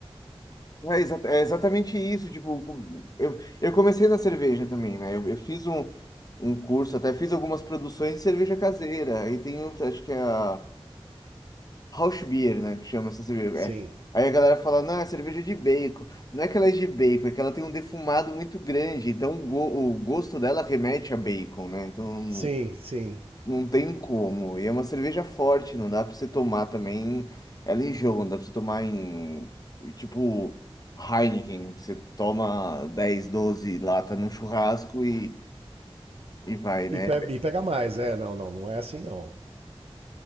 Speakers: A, on the left (about 40°); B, on the right (about 70°).
A: é, exa- é exatamente isso. Tipo, o- eu, eu comecei na cerveja também, né? Eu, eu fiz um, um curso, até fiz algumas produções de cerveja caseira. Aí tem, outra, acho que é a. Rauchbier, né? Que chama essa cerveja.
B: Sim,
A: É. Aí a galera fala, não, é cerveja de bacon. Não é que ela é de bacon, é que ela tem um defumado muito grande. Então o, go- o gosto dela remete a bacon, né? Então não
B: sim, sim.
A: não tem como. E é uma cerveja forte, não dá pra você tomar também ela em jogo, não dá pra você tomar em. Tipo Heineken, que você toma 10, 12 lata num churrasco e, e vai, né?
B: E, pe- e pega mais, é, não, não, não é assim não.